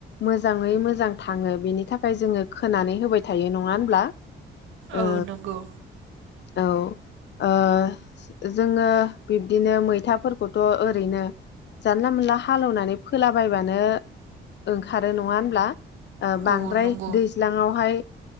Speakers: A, on the left; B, on the right.
A: मोजाङै मोजां थाङो बेनि थाखाय जोङो खोनानै होबाय थायो नङा होनब्ला? ओ
B: औ नंगौ।
A: औ ओ जोङो बिब्दिनो मैथाफोरखौथ' ओरैनो जानला-मोनला हालेवनानै फोलाबायबानो ओंखारो नङा होनब्ला? ओ बांद्राय
B: औ नंगौ
A: दैज्लाङावहाय